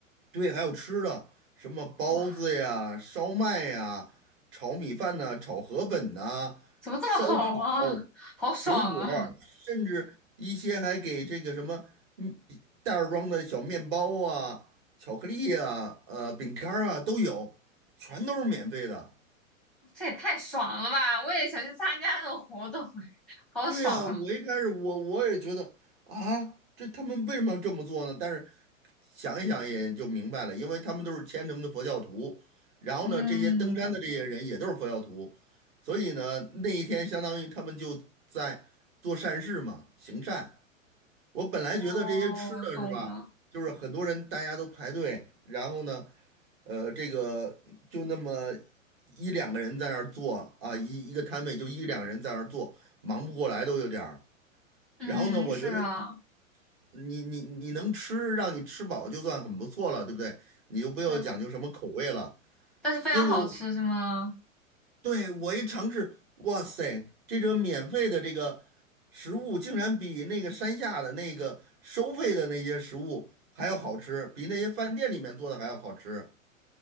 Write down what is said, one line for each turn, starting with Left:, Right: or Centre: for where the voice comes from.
Right: 对，还有吃的，什么包子呀、
Centre: 哇，
Right: 烧麦呀、炒米饭呐、炒河粉呐、
Centre: 怎么这么好啊？
Right: 烧烤、
Centre: 好爽啊！
Right: 水果儿甚至一些还给这个什么嗯袋儿装的小面包啊、巧克力啊、呃饼干儿啊都有，全都是免费的。
Centre: 这也太爽了吧！我也想去参加这种活动，<laughs> 好爽啊！
Right: 对呀，我一开始我我也觉得啊，这他们为什么要这么做呢？但是想一想也就明白了，因为他们都是虔诚的佛教徒，然后呢，
Centre: 嗯，
Right: 这些登山的这些人也都是佛教徒，所以呢，那一天相当于他们就在做善事嘛，行善。我本来觉得这些吃的是吧，
Centre: 哦，懂了。
Right: 就是很多人大家都排队，然后呢，呃，这个就那么一两个人在那儿做啊，一一个摊位就一两个人在那儿做，忙不过来都有点儿。
Centre: 嗯，
Right: 然后呢，我觉得
Centre: 是啊。
Right: 你你你能吃，让你吃饱就算很不错了，对不对？你就不要讲究什么口味了。
Centre: 对，但是非常好吃是吗？
Right: 结果，对，我一尝试，哇塞，这个免费的这个食物竟然比那个山下的那个收费的那些食物还要好吃，比那些饭店里面做的还要好吃。